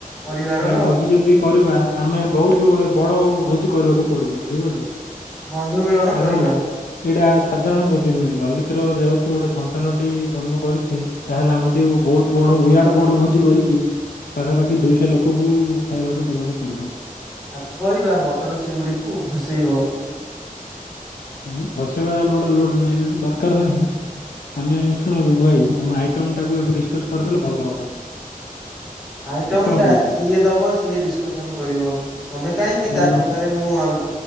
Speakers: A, in the centre; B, on the left.
A: ପରିବାରର
B: ଭାଇ ଭୋଜି ଯଦି କରିବା ଆମେ ବହୁତ ଗୋଟେ ବଡ ଭୋଜି କରିବାକୁ ପଡିବ ଠିକ ଅଛି।
A: ବନ୍ଧୁ ମିଳନ
B: କାରଣ
A: କରିବା।
B: ଏଇଟା ସାଧାରଣ ବୋଝି ନୁହେଁ ଲଲିତ ର ଯେହେତୁ ଗୋଟେ ସନ୍ତାନଟି ଜନ୍ମ କରିଛି। ତାହେଲେ ଆମେ ଦେ ବହୁତ ବଡ ବିରାଟ ବଡ ଭୋଜି କରିକି ପାଖାପାଖି ଦୁଇଶହ ଲୋକକୁ ଖାଇବାକୁ ଦବାକୁ ପଡିବ।
A: ତାକୁ କହିବା ମଟନ ଚିଙ୍ଗୁଡିକୁୁ ଭସେଇବ
B: ଆ ଭସେଇବା ଲୋଡ଼ା ଲୋଡ଼ ଦରକାର ନାହିଁ। ଆମେ ଶୁଣବୁ ଭାଇ ଆମ ଆଇଟମ ଟାକୁ ଏବେ ଡିସକସ କରିଦେଲେ ଭଲ ହବ।
A: ଆଇଟମ
B: କଣ
A: ଟା
B: କହୁଛ?
A: ଯିଏ ଦବ ସିଏ ଡିସକସନ କରିବ। ତମେ କାହିଁକି
B: ନାଇଁ,
A: ତା କଥାରେ ହୁଁ ମାରୁ